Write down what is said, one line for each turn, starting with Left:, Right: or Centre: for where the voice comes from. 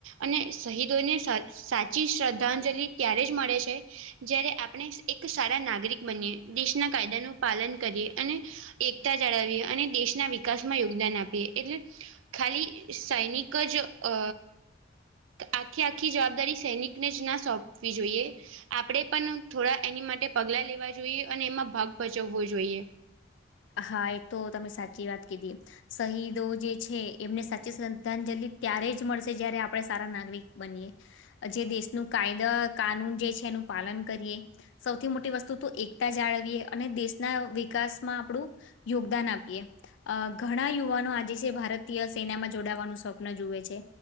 Right: અને શહીદોને સાચિ સાચી શ્રદ્ધાંજલિ ત્યારે જ મળે છે જયારે આપણે એક સારા નાગરિક બનીએ દેશના કાયદાનું પાલન કરીએ અને એકતા જાળવીએ અને દેશના વિકાસ માં યોગદાન આપીએ એટલે ખાલી સૈનિક જ અ આખી આખી જવાબદારી સૈનિકને જ ના સોંપવી જોઈએ આપણેે પણ થોડા એની માટે પગલા લેવા જોઈએ અને એમાં ભાગ ભચવવો જોઈએ.
Left: હા એ તો તમે સાચી વાત કીધી. શહીદો જે છે એમને સાચી શ્રદ્ધાંજલિ ત્યારે જ મળશે જયારે આપડે સારા નાગરિક બનીયએ. જે દેશનું કાયદા કાનૂન જે છે એનું પાલન કરીએ. સૌથી મોટી વસ્તુ તો એકતા જાળવીએ અને દેશના વિકાસ આપડું યોગદાન આપીએ. અ ઘણા યુવાનો આજે છે ભારતીય સેનામાં જોડાવાનું સ્વપ્ન જુવે છે.